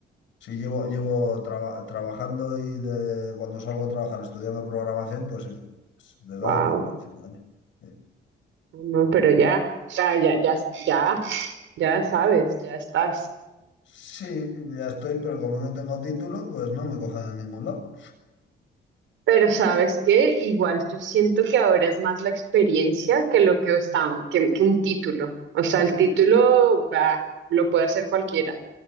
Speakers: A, on the left; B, on the right.
A: Sí, llevo, llevo traba- trabajando y de, cuando salgo a trabajar estudiando programación, pues eso, es desde
B: Wow.
A: hace cuatro o cinco años. Sí,
B: No, pero ya, o sea, ya, ya, ya, ya sabes, ya estás.
A: Sí, ya estoy, pero como no tengo título, pues no me cogen en ningún lado.
B: Pero ¿sabes qué? Igual yo siento que ahora es más la experiencia que lo que está que, que un título. O sea, el título bah, lo puede hacer cualquiera,